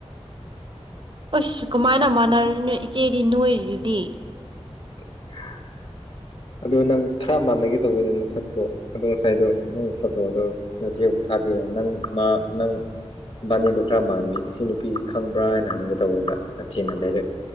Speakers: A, on the right; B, on the left.
A: ꯑꯁꯁꯨ ꯀꯃꯥꯏꯅ ꯃꯥꯟꯅꯔꯅꯣ ꯏꯆꯦꯗꯤ ꯅꯣꯏꯔꯤꯗꯨꯗꯤ
B: <inaudible> ꯑꯗꯨꯗꯣ ꯅꯪ ꯈꯔ ꯃꯥꯟꯅꯒꯦ ꯇꯧꯕꯤ ꯅꯪ ꯅ ꯁꯛꯇꯣ ꯑꯗꯨꯗꯣ ꯉꯁꯥꯏꯗꯣ ꯅꯪꯒꯤ ꯐꯣꯇꯣꯗꯣ ꯅ ꯆꯦꯕꯨꯨꯛ ꯊ ꯕꯤꯔꯦ ꯅꯪ ꯃꯥ ꯅꯪ ꯕꯥꯅꯤꯗꯣ ꯈꯔ ꯃꯥꯟꯕꯤ ꯁꯤ ꯅꯨꯄꯤꯁꯤ ꯈꯪꯕ꯭ꯔꯥ ꯍꯥꯏꯅ ꯍꯪꯒꯦ ꯇꯧꯋꯦꯕ ꯅꯆꯦꯅꯗꯩꯗꯣꯏ